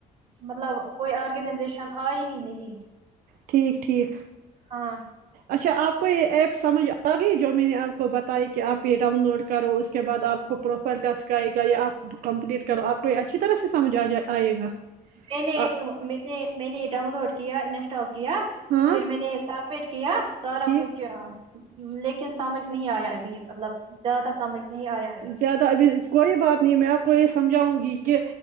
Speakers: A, on the right (about 40°); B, on the right (about 75°).
A: مطلب کوئی آرگنائزیشن آئی ہی نہیں
B: ٹھیک ٹھیک
A: ہاں
B: اچھا آپ کو یہ ایپ سمجھ آ گئی جو میں نے آپ کو بتائی کہ آپ یہ ڈاؤن لوڈ کرو اس کے بعد آپ کو پروفائل ٹسک آئے گا یا آپ کمپلیٹ کرو آپ کو یہ اچھی طرح سے سمجھ آ جائے آئے گا
A: میں نے
B: آ-
A: میں نے میں نے یہ ڈاؤن لوڈ کیا اسٹاک کیا
B: ہاں
A: پھر میں نے یہ سب مٹ کیا سارا
B: ٹھیک
A: کچھ لیکن سمجھ نہیں آیا ابھی مطلب زیادہ سمجھ نہیں آیا ابھی
B: زیادہ ابھی کوئی بات نہیں میں آپ کو سمجھاؤں گی کہ